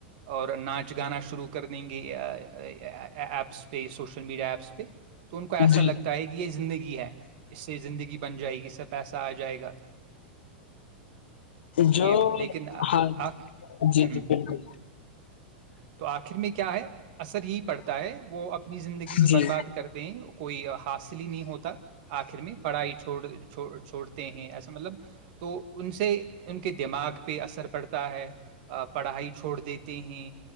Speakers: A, on the right (about 60°); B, on the left (about 80°).
A: اور ناچ گانا شروع کر دیں گے ایپس پہ سوشل میڈیا ایپس پہ ایسا
B: جی
A: لگتا ہے کہ یہ زندگی ہے اس سے زندگی بن جائے گی اس سے پیسہ آ جائے گا
B: جو
A: یہ ہو لیکن آ-
B: ہاں
A: آ- آ- ہوں
B: جی
A: ہوں
B: جی بالکل
A: تو آخر میں کیا ہے اثر یہی پڑتا ہے وہب <unintelligible> اپنی زندگی
B: جی
A: برباد
B: جی جی
A: کر دیں کوئی حاصل ہی نہیں ہوتا آخر میں پڑھائی چھڑ چھوڑتے ہیں ایسا مطلب تو ان سے ان کے دماغ پہ اثر پڑتا ہے پڑھائی چھوڑ دیتے ہیں